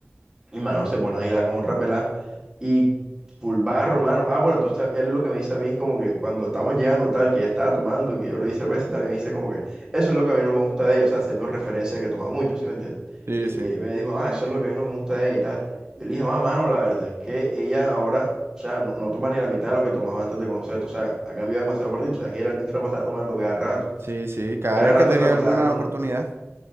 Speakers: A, on the right; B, on the right.
A: Y mano, se pone a bailar con otra pelada y full barro, mano. Ah, bueno, entonces él lo que me dice a mí como que cuando estamos llegando tal, que ella estaba tomando, que yo le di cerveza y tal, y me dice como que eso es lo que a mí no me gusta de ella, o sea, haciendo referencia a que toma mucho, ¿sí me entiendes?
B: Sí,
A: Eh,
B: sí.
A: eh, me dijo, ah, eso Sí. es lo que a mí no me gusta de ella y tal. Y le dije, ah, mano, la verdad es que ella ahora, o sea, no, no toma ni la mitad de lo que tomaba antes de conocerte, o sea, ha cambiado demasiado partido, o sea, que era el niño se la pasaba tomando cada rato,
B: Sí, sí, cada
A: cada
B: vez
A: rato
B: que tenía
A: Sí, se la sí, pasaba
B: alguna
A: ca- tomando.
B: oportunidad.